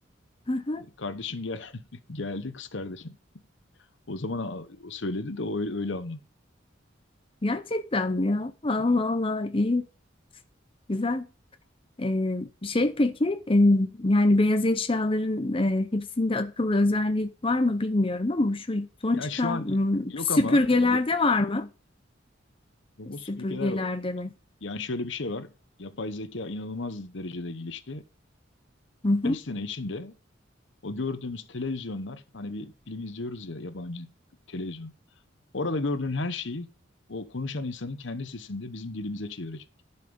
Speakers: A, on the left (about 30°); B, on the left (about 70°).
A: <laughs>
B: Kardeşim gel <laughs> geldi kız kardeşim. O zaman a- o söyledi de o öyle, öyle anladım.
A: Gerçekten mi ya? Allah
B: Evet.
A: Allah iyi, güzel. E, şey peki e, yani beyaz eşyaların e, hepsinde akıllı özellik var mı bilmiyorum ama şu son
B: Ya
A: çıkan
B: şu an
A: m,
B: yok
A: süpürgelerde
B: ama e, ya-
A: var mı?
B: robot
A: Süpürgeler
B: süpürgeler var.
A: demek.
B: Yani şöyle bir şey var. Yapay zeka inanılmaz derecede gelişti.
A: Hı hı.
B: 5 sene içinde o gördüğümüz televizyonlar hani bir film izliyoruz ya yabancı televizyon. Orada gördüğün her şeyi o konuşan insanın kendi sesinde bizim dilimize çevirecek.